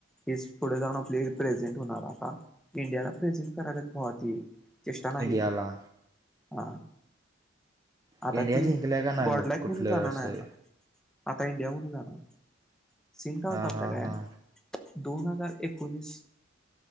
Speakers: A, in the centre; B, on the right.
A: हीच पुढे जाऊन आपली रिप्रेझेंट होणार आता इंडियाला प्रेझेंट करायला चेष्टा नाही
B: इंडियाला
A: ह आता
B: इंडिया
A: ती
B: जिंकल्या का नाही
A: बॉर्डलॅक
B: मग कुठलं
A: म्हणून जाणार
B: असं
A: आता इंडिया म्हणून जाणार सिन का होतावता
B: हां हां
A: काय
B: हां
A: दोन हजार एकोणीस